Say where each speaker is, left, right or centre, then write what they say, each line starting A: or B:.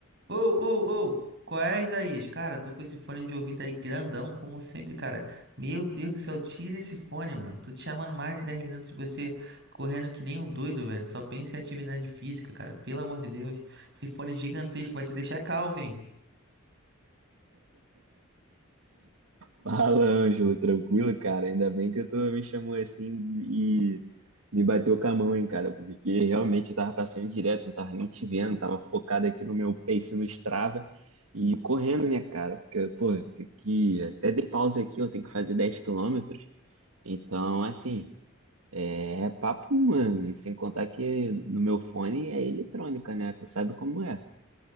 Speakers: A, on the right; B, on the right.
A: Ô, ô, ô, qual é, Isaías? Cara, tô com esse fone de ouvido aí grandão, como sempre, cara. Meu Deus do céu, tira esse fone, mano. Tô te chamando mais de 10 minutos e você correndo que nem um doido, velho. Só pensa em atividade física, cara. Pelo amor de Deus. Esse fone gigantesco vai te deixar calvo, hein?
B: Fala, Ângelo, tranquilo, cara? Ainda bem que tu me chamou assim e me bateu com a mão, hein, cara? Porque realmente eu tava passando direto, não tava nem te vendo, tava focado aqui no meu pace no Strava e correndo, né, cara? Porque, pô, tem que... até dei pausa aqui, eu tenho que fazer 10 quilômetros. Então, assim, é é papo, mano, e sem contar que no meu fone é eletrônica, né? Tu sabe como é.